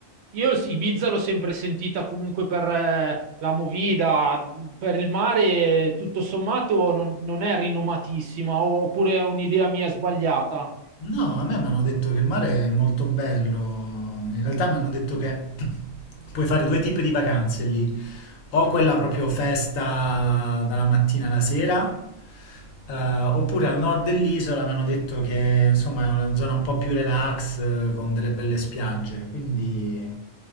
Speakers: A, on the right; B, on the left.
A: io sì, Ibiza l'ho sempre sentita comunque per eh, la movida, per il mare tutto sommato non, non è rinomatissima, o- oppure è un'idea mia sbagliata.
B: No, a me mi hanno detto che il mare è molto bello. In realtà mi hanno detto che <clears throat> puoi fare due tipi di vacanze lì. O quella proprio festa dalla mattina alla sera, eh, oppure al nord dell'isola mi hanno detto che insomma è una zona un po' più relax, eh, con delle belle spiagge. Quindi